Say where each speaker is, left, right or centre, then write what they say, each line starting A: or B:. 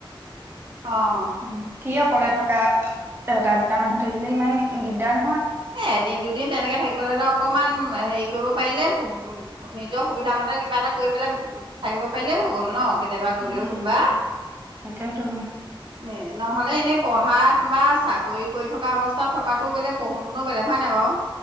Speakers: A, on the right; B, on the right.
A: অ, অ'।
B: উম কি অকলে থকা এটা দুটা মানুহ থাকিলে ইমান দিগদাৰ ন
A: এ এদিন দুদিন তেনেকে থাকিবলে হ'লে অকমান হেৰি কৰিব পাৰিলে নিজৰ সুবিধা মতে কিবা এটা কৰি পেলাই থাকিব পাৰিলেই হৈ গ'ল ন, কেতেবা গ'লেও
B: উম
A: কোনোবা,
B: তাকেতো
A: <unintelligible> নহ'লে এনেই পঢ়াত বা চাকৰি কৰি থকা অৱস্থাত থকাটো বেলেগ পঢ়ো কোনো বেলেগ হয় নাই বাৰু।